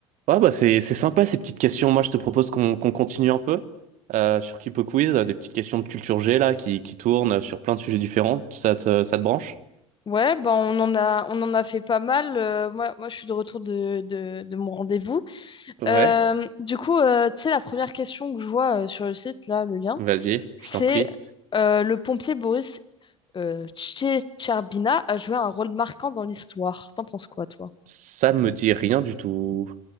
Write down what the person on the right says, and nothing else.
Ouais, bah c'est c'est sympa ces petites questions. Moi, je te propose qu'on qu'on continue un peu euh, sur Kipo Quiz, euh, des petites questions de culture G là qui, qui tournent euh, sur plein de sujets différents. Ça te, ça te branche?
Ouais.
Vas-y,
je t'en prie.
Ça me dit rien du tout.